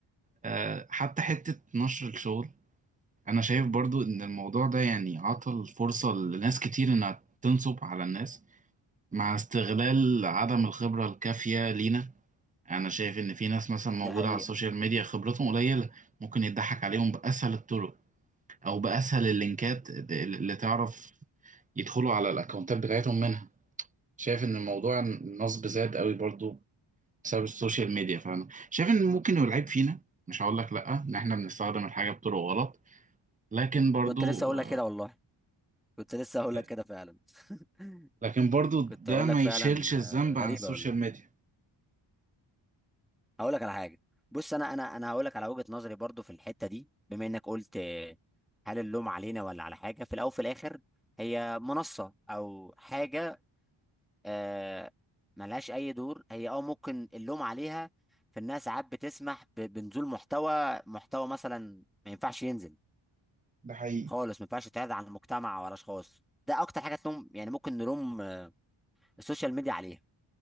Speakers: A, on the right; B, in the centre.
A: أه حتى حته نشر الشغل انا شايف برضو ان الموضوع ده يعني عطل فرصه لناس كتير انها تنصب على الناس مع استغلال عدم الخبرة الكافية لينا أنا شايف إن في ناس مثلا موجودة
B: ده حقيقه
A: على السوشيال ميديا خبرتهم قليلة ممكن يضحك عليهم بأسهل الطرق أو بأسهل اللينكات اللي تعرف يدخلوا على الأكونتات بتاعتهم منها شايف إن الموضوع النصب زاد قوي برضو بسبب السوشيال ميديا فأنا شايف إن ممكن يبقى العيب فينا مش هقول لك لأ إن إحنا بنستخدم الحاجة بطرق غلط لكن برضو
B: كنت لسه اقول
A: آه،
B: لك كده والله كنت لسه اقول
A: لا.
B: لك كده فعلا <laughs>
A: لكن برضو ده
B: كنت اقول
A: ما
B: لك فعلا
A: يشيلش الذنب
B: آه، غريبه
A: عن السوشيال
B: والله
A: ميديا
B: هقول لك على حاجه بص انا انا انا هقول لك على وجهه نظري برضو في الحته دي بما انك قلت آه، هل اللوم علينا ولا على حاجه في الاول وفي الاخر هي منصه او حاجه آه، ملهاش اي دور هي اه ممكن اللوم عليها في انها ساعات بتسمح ب- بنزول محتوى محتوى مثلا ما ينفعش ينزل
A: ده حقيقي
B: خالص ما ينفعش يتعرض على المجتمع وعلى اشخاص ده اكتر حاجه تلوم يعني ممكن نلوم آه، السوشيال ميديا عليها